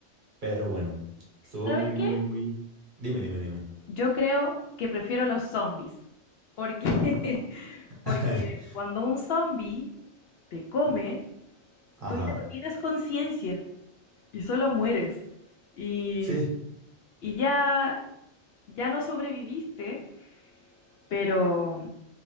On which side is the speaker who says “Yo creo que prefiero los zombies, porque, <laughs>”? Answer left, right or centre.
Left